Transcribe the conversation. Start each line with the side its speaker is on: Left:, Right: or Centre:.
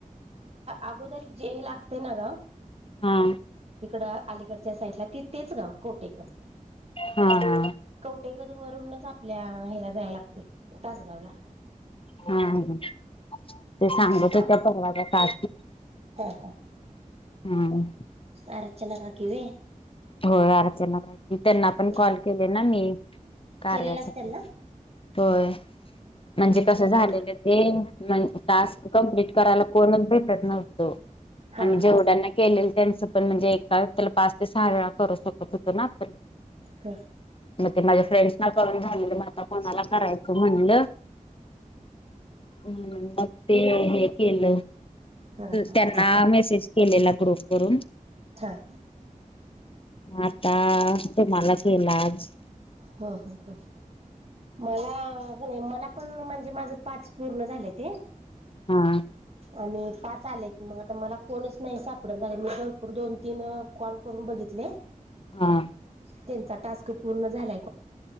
Right: अगोदरी जे लागते ना ग.
Left: हा.
Right: तिकड अलीकडच्या साईडला ती तेच गाव कोटेकर
Left: हा हा.
Right: ेकत वरूनच आपल्या ह्याला जाय लागते तासगाव ला
Left: हा ह ते सांगत
Right: हा
Left: त्या परवाच्या का?
Right: हा हा.
Left: हम.
Right: आरचना काकी व्हय
Left: हो अरचना का? त्यांना
Right: हम्म
Left: पण कॉल केले ना मी कार्यासाठी
Right: केलेलाच त्यांना
Left: तोय. म्हणजे
Right: हा
Left: कसं झालेलं ते म टास्क कंप्लीट करायला कोणच भेटत नव्हतो
Right: हा
Left: आणि जेवढ्यांना
Right: हा
Left: केले. त्यांचं पण म्हणजे एका त्याला पाच ते सहा वेळा करू शकत होतो ना आपण
Right: हम.
Left: मग ते माझ्या फ्रेंडस ना करून झालेलं म आता कोणाला करायचं म्हणलं हूं मग ते हे केलं
Right: हा
Left: त्यांना मेसेज केलेला प्रूफ करून
Right: हं!
Left: आता तुम्हाला केलाज
Right: ह ह ह मला नाही मला. पण म्हणजे माझ पाच पूर्ण झालं ते.
Left: हा.
Right: आणि पाच आलेत मग आता मला कोणच नाही सापडून झाले मी भरपूर दोन तीन कॉल. करून बघितले.
Left: हा.
Right: त्यांचा टास्क पूर्ण झाला.